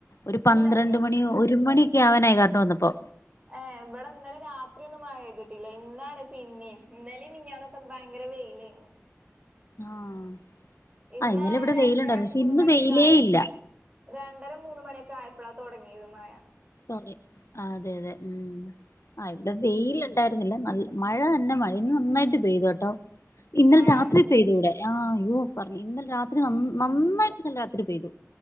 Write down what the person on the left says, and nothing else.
ഒരു പന്ത്രണ്ട്
മണി ഒരു മണിയൊക്കെയാവാനായി കറണ്ട് വന്നപ്പോ
ആഹ്
ആ ഇന്നലെ ഇവിടെ
വെയിലുണ്ടായിരുന്നു പക്ഷെ
ഇന്ന്
വെയിലേ
ഇല്ല
തൊട അതെയതെ മ്. ആഹ് ഇവിടെ വെയില്ണ്ടായിര്ന്നില്ല ന മഴ തന്നെ മഴ ഇന്ന് നന്നായിട്ട് പെയ്തുട്ടോ. ഇന്നലെ
രാത്രി പെയ്തുവ്ടെ ആഹ് അയ്യോ പർഞ്ഞു ഇന്നലെ രാ ത്രി നന്നായിട്ട്ന്നലെ രാത്രി പെയ്തു